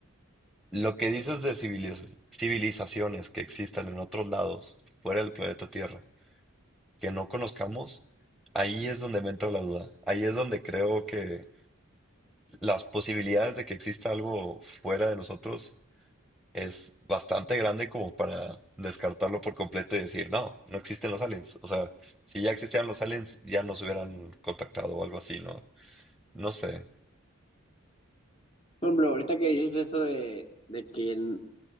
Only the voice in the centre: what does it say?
Lo que dices de civiliz- civilizaciones que existan en otros lados, fuera del planeta Tierra, que no conozcamos, ahí es donde me entra la duda. Ahí es donde creo que las posibilidades de que exista algo fuera de nosotros es bastante grande como para descartarlo por completo y decir, no, no existen los aliens. O sea, si ya existieran los aliens, ya nos hubieran contactado o algo así, ¿no? No sé.